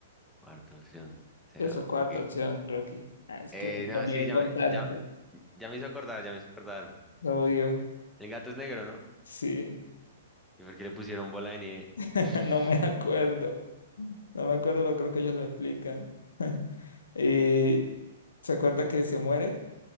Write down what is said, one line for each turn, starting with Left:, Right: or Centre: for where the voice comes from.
Centre: Cuarta opción será.
Left: Eso, cuarta
Centre: Ok.
Left: opción, Rocky. Ah, es
Centre: Eh,
Left: que me
Centre: no,
Left: olvidé
Centre: sí, ya
Left: contar,
Centre: me, ya, ya me hizo acordar, ya me hizo acordar.
Left: lo odio.
Centre: El gato es negro, ¿no?
Left: Sí,
Centre: ¿Y por qué le pusieron bola de nieve?
Left: <laughs>
Centre: <laughs>
Left: no me acuerdo. No me acuerdo, pero creo que ellos lo explican. <laughs> Y se acuerda que se muere.